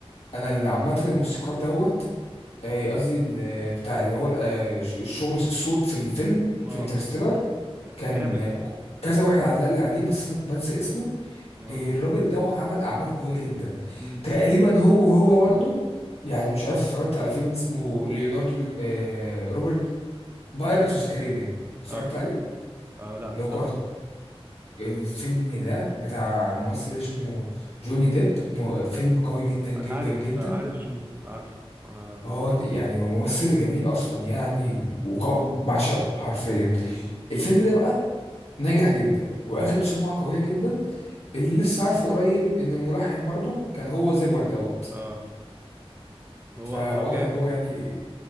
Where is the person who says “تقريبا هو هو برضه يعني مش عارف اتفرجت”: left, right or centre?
Left